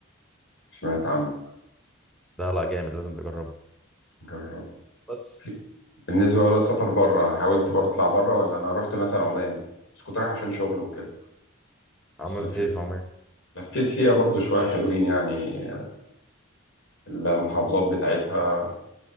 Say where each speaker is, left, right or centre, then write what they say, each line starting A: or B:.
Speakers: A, on the left; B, in the centre.
A: سمعت عنه
B: ده لا جامد لازم تجربه
A: جرب
B: بس
A: في... بالنسبه بقى للسفر بره حاولت برضه اطلع بره ولا انا رحت مثلا عمان بس كنت رايح عشان شغل وكده
B: عملت
A: بس لفيت
B: ايه في عمان
A: لفيت فيها برضه شويه حلوين يعني المحافظات بتاعتها